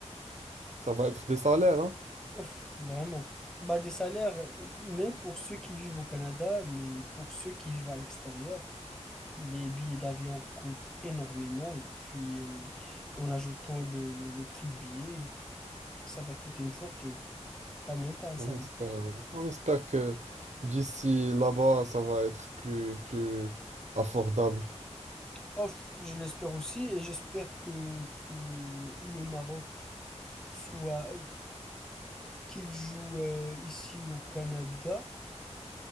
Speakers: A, on the right; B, in the centre.
A: ça va être des salaires, hein.
B: Ouf, vraiment. Bah, des salaires, m- même pour ceux qui vivent au Canada, mais pour ceux qui vivent à l'extérieur, les billets d'avion coûtent énormément. Et puis, euh, en ajoutant le, le, le prix de billet, ça va coûter une fortune. Pas même pas un
A: On
B: salaire.
A: espère, on espère que d'ici là-bas, ça va être plus, plus abordable.
B: Ouf, je l'espère aussi. Et j'espère que, que le Maroc. soit qu'il joue euh, ici au Canada,